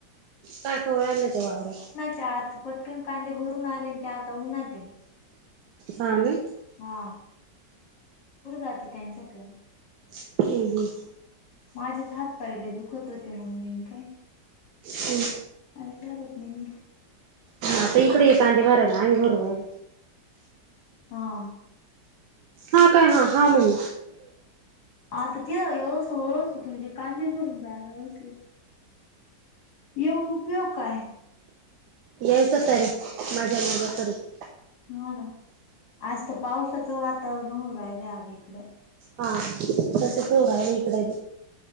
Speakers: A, on the right; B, on the left.
A: काकले ते वावरवर
B: त्या आत पटकन कांदे भरून आले त्या आता उन्हा ते
A: हा ना
B: हा कढे जाती त्यांच्या प
A: हम्म हम्
B: माझेच हात पाहिले दुखत होते मग मी काय
A: हम्
B: अररुतात नाहीे
A: आता इकडे ये कांदे भरायला आम्ही भरलोय
B: हा
A: हां काय हा हा म्हण
B: आता तिला यस होस तुमचे कांदे भडून जायलासले येऊन उपयोग काय
A: यायचं त रे मजा मज्या करत
B: ह ना आज तर पावसाचं वातावरण राहिलं हव इकडं
A: हा रसेच उ रा आहेले इकडे